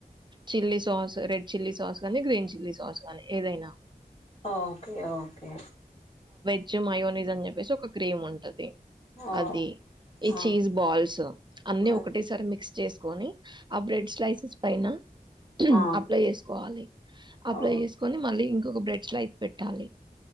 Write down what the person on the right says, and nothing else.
chilli sauce red chilli sauce కాగానీ గ్రీన్ చిల్లీ సాస్ కాగాని ఏదైనా
వచ్చి మయోనిజ అనీ చెప్పేసి ఒక క్రీమ్ ఉంటది
అది ఈ
చీజ్ బాల్స్ అన్ని
ఒకటె సారి మిక్స్ చేస్త కోనీ ఆ బ్రెడ్ స్లైసెస్ పైనా
అప్లై చేసుకోవాలి అప్లై
చేసుకొని మళ్ళీ ఇం ఒక బ్రెడ్ స్లైస్ పెట్టాలి